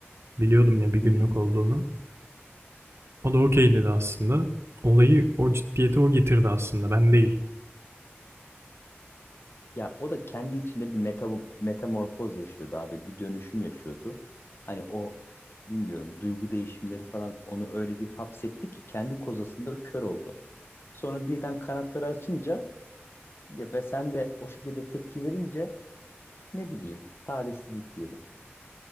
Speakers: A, on the right; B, on the left.
A: Biliyordum ya bir günlük
B: Hı hı.
A: olduğunu. O da okey dedi aslında. Olayı o ciddiyeti o getirdi aslında. Ben değil.
B: Ya o da kendi içinde bir meta, metamorfoz yaşıyordu abi. Bir dönüşüm yaşıyordu. Hani o bilmiyorum duygu değişimleri falan onu öyle bir hapsetti ki kendi kozasında kör oldu. Sonra birden kanatları açınca Ya ve sen de o şekilde tepki verince ne bileyim talihsizlik diyelim.